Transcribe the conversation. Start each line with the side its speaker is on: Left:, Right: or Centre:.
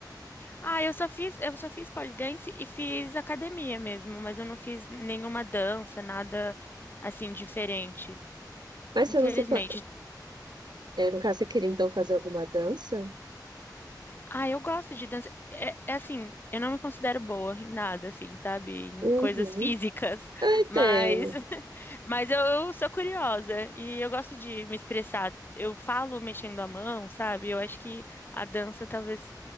Left: Ah, eu só fiz, eu só fiz pole dance e fiz academia mesmo, mas eu não fiz nenhuma dança, nada assim diferente,
Right: Mas
Left: infelizmente.
Right: você não se. co- É, no caso, você queria então fazer alguma dança?
Left: Ah, eu gosto de dança. É, é assim, eu não me considero boa em nada, assim, sabe, em
Right: Uhum.
Left: coisas físicas,
Right: Eu entendo.
Left: mas, <laughs> mas eu sou curiosa e eu gosto de me expressar. Eu falo mexendo a mão, sabe? Eu acho que a dança talvez